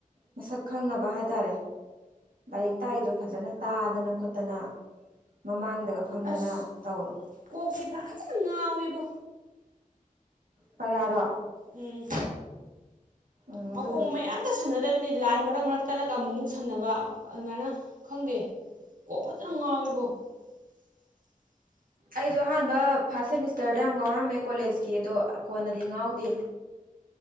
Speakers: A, on the right; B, on the right.
A: ꯃꯁꯛ ꯈꯪꯅꯕ ꯍꯥꯏꯇꯥꯔꯦ ꯂꯥꯏꯔꯤꯛ ꯇꯥꯛꯏꯗꯣ ꯐꯖꯅ ꯇꯥꯗꯅ ꯈꯣꯠꯇꯅ ꯃꯃꯥꯡꯗꯒ ꯐꯝꯗꯅ
B: ꯑꯁ
A: ꯇꯧꯔꯣ
B: ꯀꯣꯛꯇꯤ ꯐꯖꯅ ꯉꯥꯎꯋꯤꯕꯣ
A: ꯄꯔꯥꯔꯣ
B: ꯎꯝ
A: ꯎꯝ
B: ꯃꯀꯣꯛ
A: ꯑꯗꯨꯕꯨꯗꯤ
B: ꯃꯃꯩ ꯑꯝ ꯑꯃꯇ ꯁꯝꯅꯗꯕꯤꯅꯤ ꯂꯥꯏꯟ ꯃꯔꯛ ꯃꯔꯛ ꯇꯥꯠꯂꯒ ꯑꯃꯨꯛꯃꯨꯛ ꯁꯝꯅꯕ ꯑꯗꯨꯃꯥꯏꯅ ꯈꯪꯗꯦ ꯀꯣꯛ ꯐꯖꯅ ꯉꯥꯎꯏꯕꯣ <inaudible>
A: ꯑꯩꯁꯨ ꯑꯍꯥꯟꯕ ꯐꯥꯔꯁꯠ ꯁꯦꯃꯤꯁꯇꯔꯗ ꯌꯥꯝ ꯉꯥꯎꯔꯝꯃꯦ ꯀꯣꯂꯦꯖꯀꯤ ꯑꯗꯣ ꯀꯣꯟꯅꯗꯤ ꯉꯥꯎꯗꯦ